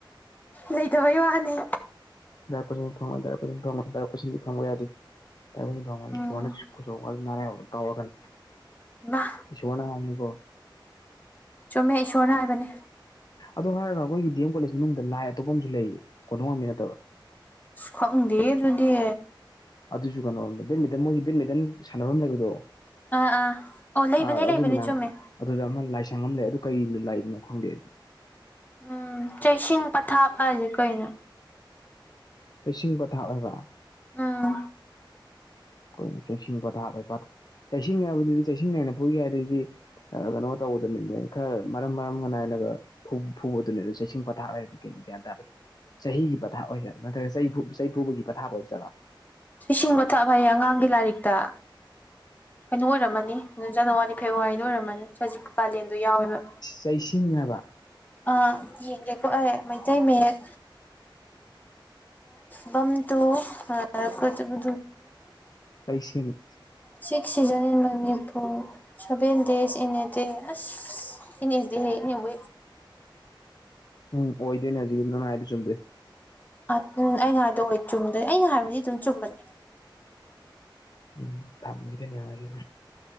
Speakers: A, on the left (about 20°); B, on the left (about 50°).
A: ꯂꯩꯇꯕꯩ ꯋꯥꯅꯤ
B: ꯗꯗꯥꯔ ꯀꯣꯏꯁ ꯐꯪꯣꯗꯥꯔꯣꯏ ꯐꯪꯣꯗꯥꯔ ꯀꯣꯏꯁꯟꯗꯤ ꯐꯪꯕ ꯌꯥꯗꯤ ꯁꯨꯅ
A: ꯎꯝ
B: ꯀꯔꯒ ꯁꯣꯟꯅꯅꯤꯀꯣ
A: ꯃꯥ ꯆꯨꯝꯃꯦ ꯏꯁꯣꯔꯅ ꯍꯥꯏꯕꯅꯦ
B: ꯑꯗꯣ ꯍꯥꯏꯔꯒ ꯑꯩꯈꯣꯏꯒꯤ ꯗꯤ ꯑꯦꯝ ꯀꯣꯂꯦꯖ ꯃꯅꯨꯡꯗ ꯂꯥꯏ ꯑꯇꯣꯞꯄ ꯑꯃꯁꯨ ꯂꯩꯌꯦ ꯀꯣꯟꯊꯣꯡ ꯉꯝꯃꯤ ꯅꯠꯇꯕ
A: ꯁ ꯈꯪꯗꯦ ꯑꯗꯨꯗꯤ
B: ꯑꯗꯨꯁꯨ ꯀꯩꯅꯣ ꯦ ꯃꯣꯏꯒꯤ ꯦꯠꯃꯤꯇꯟ ꯁꯥꯟꯅꯐꯝ ꯂꯩꯕꯗꯣ
A: ꯑꯥ ꯑꯥ ꯑꯣ ꯂꯩꯕꯅꯦ
B: ꯑꯥ
A: ꯂꯩꯕꯅꯤ
B: ꯑꯗꯨꯏ ꯃꯅꯥꯛ
A: ꯆꯨꯝꯃꯦ
B: ꯑꯗꯨꯗ ꯑꯃ ꯂꯥꯏꯁꯪꯉ ꯑꯃ ꯂꯩ ꯑꯗꯨ ꯀꯩꯅꯣ ꯂꯏꯕꯅꯣ ꯈꯪꯗꯦ ꯑꯗꯨ
A: ꯎꯝ ꯆꯁꯤꯡ ꯄꯊꯥꯞ ꯍꯥꯏꯁꯦ ꯀꯩꯅꯣ
B: ꯆꯁꯤꯡ ꯄꯊꯥꯞ ꯑꯣꯏꯕ
A: ꯎꯝ
B: ꯑꯩꯈꯣꯏ ꯆꯁꯤ ꯄꯥꯊꯥ ꯂꯩ ꯄꯥꯊꯥ ꯆꯁꯤ ꯍꯥꯏꯕꯗꯨꯗꯤ ꯆꯁꯤ ꯅꯥꯏꯅ ꯐꯨꯏꯒꯦ ꯍꯥꯏꯗꯤ ꯀꯩꯅꯣ ꯇꯧꯕꯗꯨꯅꯤꯅꯦ ꯈꯔ ꯃꯔꯝ ꯃꯔꯝꯒ ꯅꯥꯏꯅꯒ ꯐꯨꯕꯗꯨꯅꯤ ꯆꯩꯁꯤꯡ ꯊꯥꯔꯗꯤ ꯀ ꯀꯌꯥ ꯇꯔꯦ ꯆꯍꯤꯒꯤ ꯄꯊꯥꯞ ꯑꯣꯏꯁꯠꯂ ꯅꯠꯇ꯭ꯔꯒ ꯆꯩ ꯆꯩꯐꯨꯕꯒꯤ ꯄꯊꯥꯞ ꯑꯣꯏꯕ ꯆꯠꯂꯣ
A: ꯁꯤꯁꯤꯡꯕꯊꯚꯉꯥꯡ ꯥꯡ ꯂꯥ ꯇ ꯀꯩꯅꯣ ꯑꯣꯏꯔꯝꯃꯅꯤ ꯖꯅꯋꯥꯔꯤ ꯐꯦꯕꯋꯥꯔꯤꯗ ꯑꯣꯏꯔꯝꯃꯅꯤ ꯈꯖꯤꯛ ꯀꯥꯂꯦꯟꯗꯣ ꯌꯥꯎꯋꯦꯕ
B: ꯆꯩꯁꯤꯡ ꯍꯥꯏꯕ
A: ꯑꯥ ꯌꯦꯡꯒꯦꯀꯣ ꯑꯩꯦ ꯃꯩꯇꯩ ꯃꯌꯦꯛ ꯔꯥꯏꯝ ꯇꯨ ꯀꯣꯏ ꯆꯗꯨ
B: ꯀꯩꯁꯤꯡ
A: ꯁꯤꯛꯁꯤꯖꯟ ꯃꯅꯤꯅꯤꯄꯨꯔ ꯁꯕꯦꯟ ꯗꯦꯁꯤ ꯏꯅꯦꯗꯦ ꯑꯁ ꯏꯅꯦꯗꯦ ꯏꯅꯦꯕꯨ
B: ꯎꯝ ꯑꯣꯏꯗꯦꯅꯤ ꯍꯧꯖꯤꯣꯅ ꯍꯥꯏꯔꯤ ꯆꯣꯦ
A: ꯑ ꯎ ꯑꯩꯅ ꯍꯥꯏꯗꯣꯑꯣ ꯆꯨꯝꯗ ꯑꯩꯅ ꯍꯥꯏꯕꯗꯤ ꯑꯗꯨꯝ ꯆꯨꯝꯕꯅꯤ
B: ꯎꯝ ꯊꯝꯒꯗꯤꯅꯤꯃꯥꯏꯁꯤꯦ